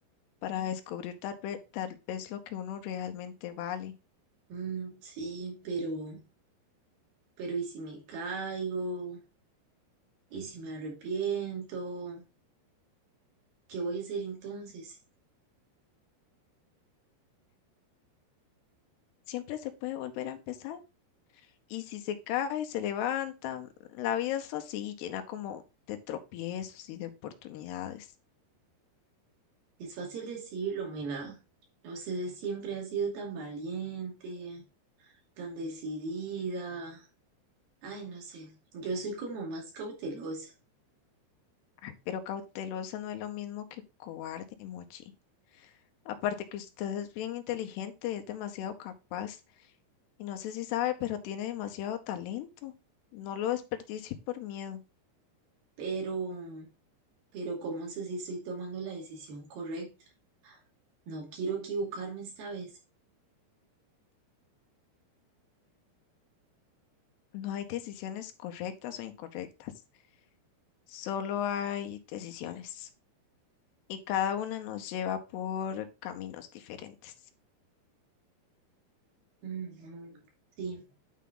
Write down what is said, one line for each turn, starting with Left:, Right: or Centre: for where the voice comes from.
Left: para descubrir tal ve- tal vez lo que uno realmente vale.
Right: Mm, sí, pero, pero ¿y si me caigo? ¿Y si me arrepiento? ¿Qué voy a hacer entonces?
Left: Siempre se puede volver a empezar. Y si se cae, se levanta. mm, La vida es así, llena como de tropiezos y de oportunidades.
Right: Es fácil decirlo, Mela. Usted siempre ha sido tan valiente, tan decidida. Ay, no sé, yo soy como más cautelosa,
Left: Ay, Pero cautelosa no es lo mismo que cobarde, Mochi. Aparte que usted es bien inteligente, es demasiado capaz. Y no sé si sabe, pero tiene demasiado talento. No lo desperdicie por miedo.
Right: pero, pero ¿cómo sé si estoy tomando la decisión correcta? No quiero equivocarme esta vez.
Left: No hay decisiones correctas o incorrectas. Solo hay decisiones. Y cada una nos lleva por caminos diferentes.
Right: Ujú, Sí,